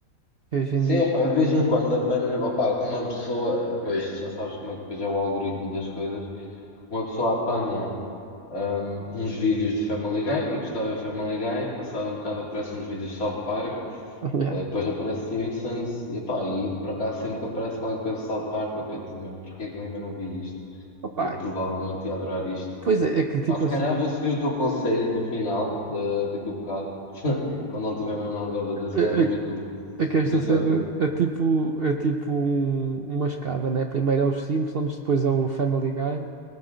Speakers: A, on the right; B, on the left.
A: E Hoje em
B: Sim,
A: dia.
B: opa, eu de vez em
A: <laughs>
B: quando apanho, opa, com uma pessoa, pois já sabes como é que depois é o algoritmo das coisas, uma pessoa apanha hum, uns vídeos de Family Guy, porque estava a ver Family Guy, passado um bocado aparecem uns vídeos de South Park,
A: Yeah.
B: Eh, Depois aparece Simpsons e, epá, e por acaso sempre que aparece qualquer coisa de South Park eu penso, mano, porque é que eu ainda não vi isto?
A: Opa,
B: Eu provavelmente
A: e-
B: ia adorar isto.
A: pois é, é que tipo
B: Pá, se
A: assim.
B: calhar vou seguir o teu conselho no final, de, daqui a um bocado, <laughs> quando não tiver mesmo nada a fazer,
A: eh,
B: se calhar ainda
A: eh,
B: meto o
A: É que esta
B: o episódio.
A: cena é tipo, é tipo um- uma escada, né? Primeiro é os Simpsons, depois é o Family Guy,